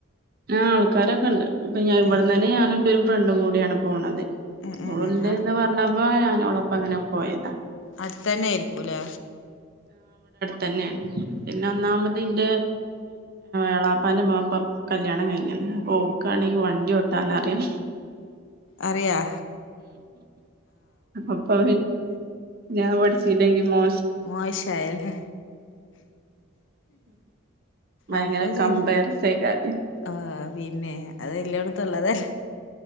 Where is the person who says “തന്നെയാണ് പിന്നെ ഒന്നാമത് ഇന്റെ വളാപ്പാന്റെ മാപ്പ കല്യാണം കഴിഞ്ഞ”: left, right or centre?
Right